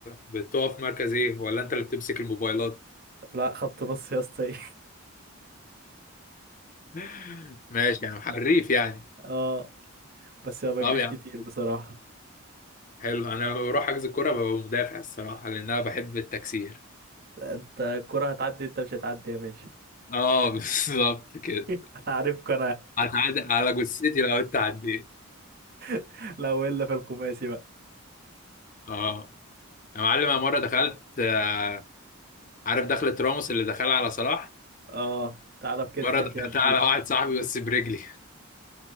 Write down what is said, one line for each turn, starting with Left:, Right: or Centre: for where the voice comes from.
Left: بتقف في مركز ايه ولا انت اللي بتمسك الموبايلات
Right: لا خط نص يا اسطى <laughs> ايه
Left: <laughs> ماشي يا عم حريف يعني
Right: اه بس ما بجريش
Left: طب يا
Right: كتير
Left: عم
Right: بصراحة
Left: حلو انا لما بروح حجز الكوره ببقى مدافع الصراحه لان انا بحب التكسير
Right: انت الكرة هتعدي انت مش هتعدي يا باشا
Left: اه <laughs> بالظبط كده
Right: <laughs> انا عارفك انا
Left: هتعدي على جثتي لو انت عديت
Right: <laughs> لو الا في الخماسي بقى
Left: اه يا معلم انا مره دخلت آه، عارف دخلة راموس اللي دخلها على صلاح
Right: اه تعالى بكتفك
Left: مره دخلتها
Right: يا ابن
Left: على
Right: ال...
Left: واحد صاحبي بس برجلي